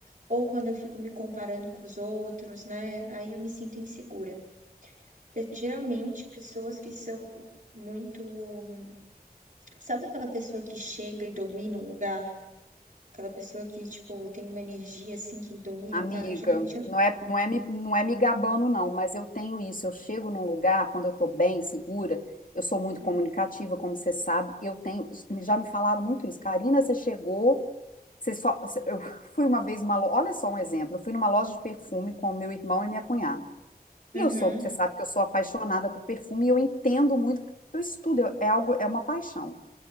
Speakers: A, on the right (about 55°); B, on the left (about 55°).
A: ou quando eu fico me comparando com os outros, né, aí eu me sinto insegura. Pe- Geralmente, pessoas que são muito. Sabe aquela pessoa que chega e domina o lugar? Aquela pessoa que, tipo, tem uma energia assim que domina
B: Amiga,
A: o lugar? Geralmente eu.
B: não é, não é, me- não é me gabando, não, mas eu tenho isso. Eu chego num lugar, quando eu tô bem, segura, eu sou muito
A: hum,
B: comunicativa, como você sabe. Eu tenho. Já me falaram muito isso. Karina, você chegou, você só. você- Eu <laughs> fui uma vez numa loja. Olha só um exemplo. Eu fui numa loja de perfume com o meu irmão e minha cunhada. E
A: Uhum,
B: eu sou, você sabe que eu sou apaixonada por perfume e eu entendo muito, porque eu estudo, eu- é algo, é uma paixão.